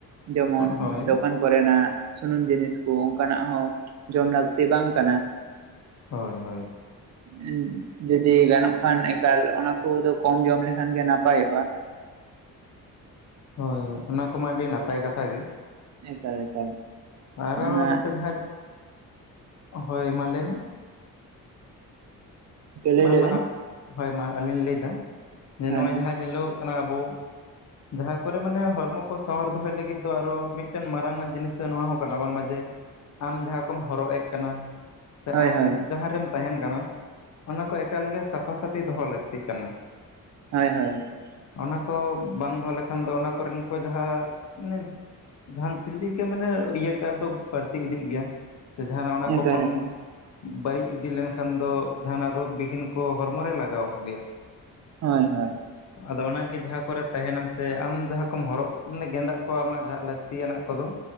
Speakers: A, on the right; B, on the left.
A: ᱡᱮᱢᱚᱱ
B: ᱦᱳᱭ
A: ᱫᱚᱠᱟᱱ ᱠᱚᱨᱮᱱᱟᱜ ᱥᱩᱱᱩᱢ ᱡᱤᱱᱤᱥ ᱠᱚ ᱚᱱᱠᱟᱱᱟᱜ ᱦᱚᱸ ᱡᱚᱢ ᱞᱟᱹᱠᱛᱤ ᱵᱟᱝ ᱠᱟᱱᱟ᱾ <inaudible> <unintelligible>
B: ᱦᱳᱭ ᱦᱳᱭ
A: ᱡᱩᱫᱤ ᱜᱟᱱᱚᱜ ᱠᱷᱟᱱ ᱮᱠᱟᱞ ᱚᱱᱟ ᱠᱚᱫᱚ ᱠᱚᱢ ᱡᱚᱢ ᱞᱮᱠᱷᱟᱱᱜᱮ ᱱᱟᱯᱟᱭᱚᱜᱼᱟ᱾
B: ᱦᱮᱸ ᱚᱱᱟ ᱠᱚᱢᱟ ᱟᱹᱰᱤ ᱱᱟᱯᱟᱭ ᱠᱟᱛᱷᱟ ᱜᱮ,
A: ᱮᱠᱟᱞ ᱮᱠᱟᱞ᱾
B: ᱟᱨᱚ
A: ᱚᱱᱟ
B: ᱱᱚᱛᱮ ᱡᱟᱦᱟᱸ ᱦᱳᱭ ᱢᱟ ᱞᱟᱹᱭ ᱢᱮ
A: ᱞᱟᱹᱭ
B: ᱢᱟ
A: ᱞᱮᱵᱮᱱ
B: ᱢᱟ, ᱦᱳᱭ ᱢᱟ, ᱟᱹᱞᱤᱧ ᱞᱤᱧ ᱞᱟᱹᱭ ᱮᱫᱟ, ᱡᱮ
A: ᱦᱳᱭ
B: ᱱᱚᱜᱼᱚᱭ,
A: ᱦᱳᱭ
B: ᱡᱟᱦᱟᱸ ᱧᱮᱞᱚᱜᱚᱜ ᱠᱟᱱᱟ, ᱟᱵᱚ ᱡᱟᱦᱟᱸ ᱠᱚᱨᱮ ᱢᱟᱱᱮ, ᱦᱚᱲᱢᱚ ᱠᱚ ᱥᱟᱶᱟᱨ ᱫᱚᱦᱚᱭ ᱞᱟᱹᱜᱤᱫ ᱫᱚ, ᱟᱨᱚ, ᱢᱤᱫᱴᱮᱱ ᱢᱟᱨᱟᱝ ᱟᱜ, ᱡᱤᱱᱤᱥ ᱫᱚ, ᱱᱚᱣᱟ ᱦᱚᱸ ᱠᱟᱱᱟ ᱵᱟᱝᱢᱟ, ᱡᱮ, ᱟᱢ ᱡᱟᱦᱟᱸ ᱠᱚᱢ, ᱦᱚᱨᱚᱜ ᱮᱫ, ᱠᱟᱱᱟ ᱥᱮ,
A: ᱦᱳᱭ
B: ᱟᱢ
A: ᱦᱳᱭ
B: ᱡᱟᱦᱟᱸᱨᱮᱢ, ᱛᱟᱦᱮᱱ ᱠᱟᱱᱟ, ᱚᱱᱟ ᱠᱚ, ᱮᱠᱟᱞ ᱜᱮ, ᱥᱟᱯᱷᱟ ᱥᱟᱹᱯᱷᱤ, ᱫᱚᱦᱚ, ᱞᱟᱹᱠᱛᱤᱜ ᱠᱟᱱᱟ ᱾
A: ᱦᱳᱭ ᱦᱳᱭ ᱾
B: ᱚᱱᱟ ᱠᱚ, ᱵᱟᱝ ᱫᱚᱦᱚ ᱞᱮᱠᱷᱟᱱ ᱫᱚ, ᱚᱱᱟ ᱠᱚᱨᱮᱱ ᱠᱚ, ᱡᱟᱦᱟᱸ, ᱢᱟᱱᱮ ᱡᱟᱦᱟᱱ ᱪᱤᱞᱤᱠᱟ, ᱢᱟᱱᱮ ᱤᱭᱟᱹ ᱠᱟ, ᱫᱚ, ᱵᱟᱹᱲᱛᱤ ᱤᱫᱤᱜ ᱜᱮᱭᱟ ᱾ ᱥᱮ ᱡᱟᱦᱟᱱᱟᱜ, ᱚᱱᱟ ᱠᱚ
A: ᱮᱠᱟᱞ
B: ᱠᱷᱚᱱ,
A: ᱮᱠᱟᱞ
B: ᱵᱟᱹᱲᱤᱡ ᱤᱫᱤ ᱞᱮᱱᱠᱷᱟᱱ ᱫᱚ ᱡᱟᱦᱟᱱᱟᱜ, ᱨᱳᱜᱽ ᱵᱤᱜᱤᱱ ᱠᱚ, ᱦᱚᱲᱢᱚ ᱨᱮ, ᱞᱟᱜᱟᱣᱚᱜ ᱜᱮᱭᱟ ᱾
A: ᱦᱳᱭ ᱦᱳᱭ ᱾
B: ᱟᱫᱚ ᱚᱱᱟᱜᱮ, ᱡᱟᱦᱟᱸ ᱠᱚᱨᱮ, ᱛᱟᱦᱮᱱᱟᱢ ᱥᱮ ᱟᱢ, ᱡᱟᱦᱟᱸ ᱠᱚᱢ ᱦᱚᱨᱚᱜ, ᱢᱟᱱᱮ ᱜᱮᱸᱫᱟᱜ ᱠᱚ, ᱟᱢᱟᱜ ᱡᱟᱦᱟᱸ ᱞᱟᱠᱛᱤ ᱛᱤᱭᱟᱜ ᱠᱚᱫᱚ,